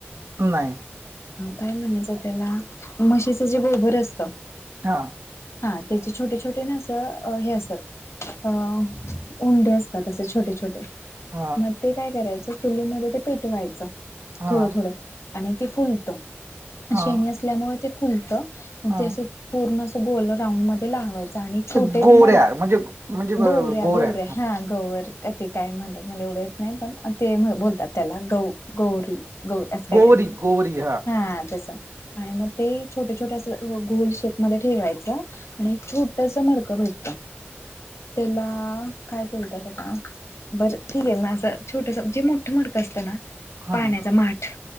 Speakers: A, on the right (about 75°); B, on the left (about 85°).
A: नाही
B: काय म्हणायचं त्याला म्हशीचं जे गोबर असत
A: हा
B: हा त्याचे छोटे छोटे नां हे असत अ उंडे असतात तसे छोटे छोटे
A: हा
B: मग ते काय करायचं चुलीमध्ये ते पेटवायचं
A: हा
B: थोडं थोडं आणि ते फुलत
A: हा
B: शेणी असल्यामुळे ते फुलतं मग
A: हा
B: ते असं पूर्ण अस गोल रांड मध्ये लावायच आणि छोटे
A: ते
B: एक
A: गोऱ्या
B: मड
A: म्हणजे म्हणजे ब
B: गौऱ्या
A: गोऱ्या
B: गौऱ्या हा गवर कती कााईम म्हणतात मला एवढं येत नाही पण ते बोलतात त्याला गौ गौरी गौ असं काहीतरी
A: गोवरी गोवरी
B: हा त्यास आणि मग ते छोटे छोट्या अस गोल शेप मध्ये ठेवायचा आणि एक छोटस मडकं भेट
A: <inaudible>
B: त्याला काय बोलतात आता बरं ठीक आहे म असं छोटस जे मोठं मडकं असतं ना
A: हा
B: पाण्याचा माठ